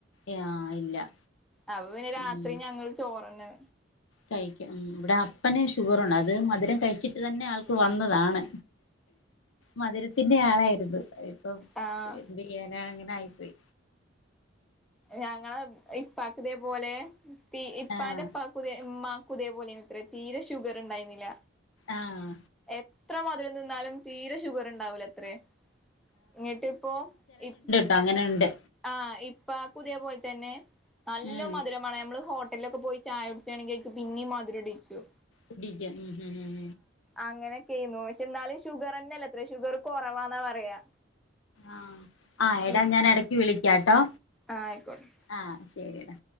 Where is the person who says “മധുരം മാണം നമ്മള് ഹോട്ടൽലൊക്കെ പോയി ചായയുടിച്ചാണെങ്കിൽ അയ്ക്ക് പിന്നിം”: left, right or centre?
Centre